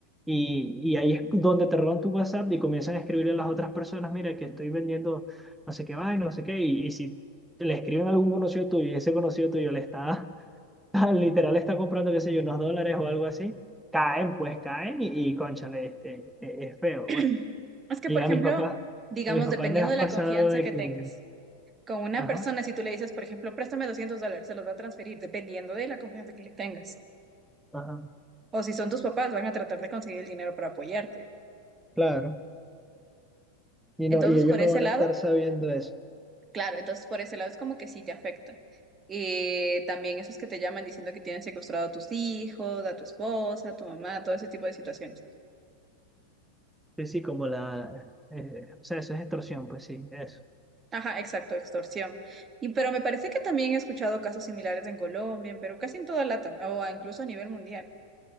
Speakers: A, in the centre; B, on the right.
A: Y, y ahí es donde te roban tu WhatsApp y comienzan a escribirle a las otras personas, mira, que estoy vendiendo no sé qué vaina, no sé qué, y, y si le escriben a algún conocido tuyo y ese conocido tuyo le está, <laughs> literal, le está comprando, qué sé yo, unos dólares o algo así, caen, pues caen y, y cónchale, este, e- es feo.
B: <clears throat>
A: Bueno,
B: Es que,
A: y
B: por
A: a
B: ejemplo,
A: mis papás, a
B: digamos,
A: mis papás
B: dependiendo
A: les ha
B: de
A: pasado
B: la confianza
A: de
B: que
A: que,
B: tengas con una
A: ajá,
B: persona, si tú le dices, por ejemplo, préstame 200 dólares, se los va a transferir, dependiendo de la confianza que le tengas.
A: ajá,
B: O si son tus papás, van a tratar de conseguir el dinero para apoyarte.
A: Claro. Y no,
B: Entonces,
A: y ellos
B: por
A: no
B: ese
A: van
B: lado,
A: a estar sabiendo eso.
B: Claro, entonces por ese lado es como que sí te afecta. Eh, también esos que te llaman diciendo que tienen secuestrado a tus hijos, a tu esposa, a tu mamá, todo ese tipo de situaciones.
A: sí, sí, como la, eh, o sea, eso es extorsión, pues sí, eso.
B: Ajá, exacto, extorsión. Y pero me parece que también he escuchado casos similares en Colombia, en Perú, casi en toda LATAM, o incluso a nivel mundial.